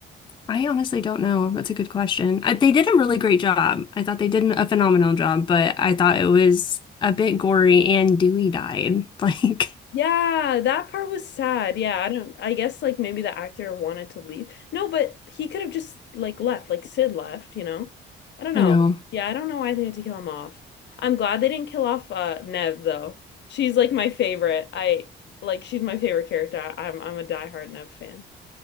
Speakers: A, on the left; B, on the left.
A: I honestly don't know. That's a good question. I, they did a really great job. I thought they did a phenomenal job, but I thought it was a bit gory and Dewey died. <laughs> Like,
B: Yeah, that part was sad. Yeah, I don't, I guess like maybe the actor wanted to leave. No, but he could have just like left, like Sid left, you know? I don't know.
A: I know.
B: Yeah, I don't know why they had to kill him off. I'm glad they didn't kill off uh Nev though. She's like my favorite. I like she's my favorite character. I- I'm I'm a diehard Nev fan.